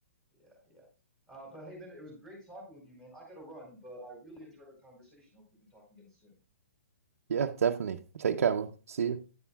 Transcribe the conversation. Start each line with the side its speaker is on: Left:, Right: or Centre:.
Centre: Yeah, yeah. Uh, but hey, Ben, it was great talking with you, man. I gotta run, but I really enjoyed our conversation. Hope we can talk again soon.
Right: Yeah, definitely. Take care, man. See you.